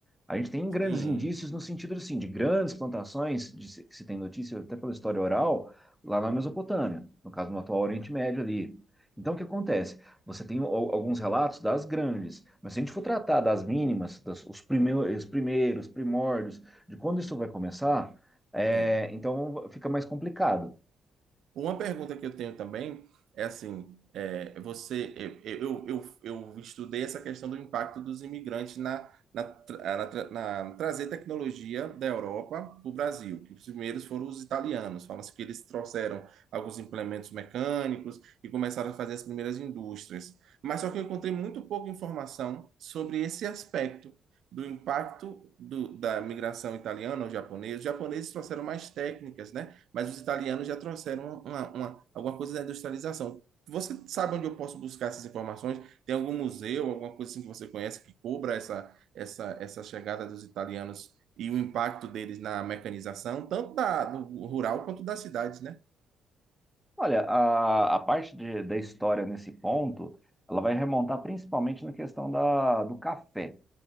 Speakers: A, in the centre; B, on the right (about 70°).
A: A gente tem grandes
B: Sim,
A: indícios no sentido assim, de grandes plantações, de se- que se tem notícia até pela história oral, lá na Mesopotâmia, no caso no atual Oriente Médio ali. Então, o que acontece? Você tem al- alguns relatos das grandes, mas se a gente for tratar das mínimas, das, os primeiros, os primeiros, primórdios, de quando isso vai começar, é,
B: entendo.
A: então fica mais complicado.
B: Uma pergunta que eu tenho também é assim, é, você, eu, eu, eu, eu estudei essa questão do impacto dos imigrantes na, na, tra- na, tra- na trazer tecnologia da Europa para o Brasil, que os primeiros foram os italianos, fala-se que eles trouxeram alguns implementos mecânicos e começaram a fazer as primeiras indústrias. Mas só que eu encontrei muito pouca informação sobre esse aspecto do impacto do- da migração italiana ou japonesa. Os japoneses trouxeram mais técnicas, né? mas os italianos já trouxeram uma, uma- alguma coisa da industrialização. Você sabe onde eu posso buscar essas informações? Tem algum museu, alguma coisa assim que você conhece que cobra essa, essa, essa chegada dos italianos e o impacto deles na mecanização, tanto da, do rural quanto das cidades, né?
A: Olha, a, a parte de- da história nesse ponto, ela vai remontar principalmente na questão da, do café.